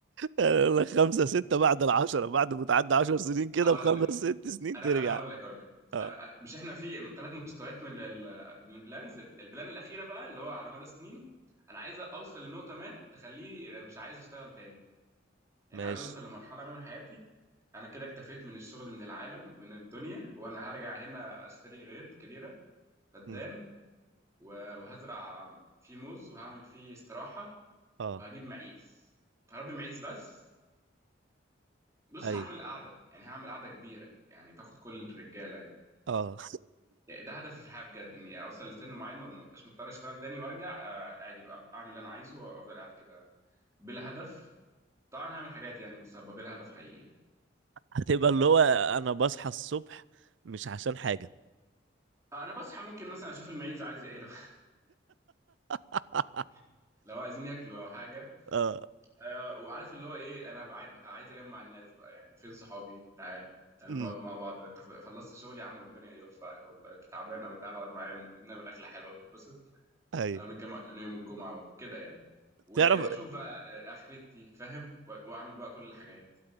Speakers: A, on the right; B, on the right.
A: أقول لك خمسة ستة بعد العشرة بعد ما تعدي عشر سنين كده
B: هقول
A: بخمس
B: لك
A: ست سنين
B: انا
A: ترجع
B: انا هقول لك هقول لك
A: اه
B: أنا مش احنا في ثلاث مستويات من ال- من البلانز البلان الاخيره بقى اللي هو على مدى سنين انا عايز اوصل لنقطه ما تخليني مش عايز اشتغل تاني يعني
A: ماشي
B: عايز اوصل لمرحله ما من حياتي انا كده اكتفيت من الشغل من العالم من الدنيا وانا هرجع هنا اشتري غيط كبيره فدان
A: مم.
B: و- وهزرع فيه موز وهعمل فيه استراحة
A: اه
B: وهجيب معيز هربي معيز بس بص
A: ايوه
B: هعمل قعدة يعني هعمل قعدة كبيرة يعني تاخد كل الرجالة يعني,
A: اه
B: يعني ده هدفي في الحياة بجد إني أوصل لسن معين ما بقاش مضطر أشتغل تاني وأرجع آه، عادي بقى أعمل اللي أنا عايزه وأفضل قاعد كده بلا هدف طبعا هعمل حاجات يعني بس هبقى بلا هدف حقيقي يعني.
A: <laughs> هتبقى اللي هو انا بصحى الصبح مش عشان حاجه
B: آه، أنا بصحى ممكن مثلا أشوف المعيز عايزة إيه لو,
A: <laughs>
B: <laughs> لو عايزين ياكلوا أو حاجة
A: اه
B: آه، وعارف اللي هو ايه انا بع- بقى عايز اجمع الناس بقى يعني فين صحابي تعال تعالوا
A: امم
B: نقعد مع بعض انت خلصت شغل يا عم ربنا يوفقك والله كنت تعبان قوي تعال اقعد معايا نعمل اكله حلوه ونتبسط
A: ايوه
B: تعالوا نتجمع كل يوم الجمعه كده يعني و-
A: تعرف
B: واشوف بقى آه، اخرتي فاهم و- واعمل بقى كل الحاجات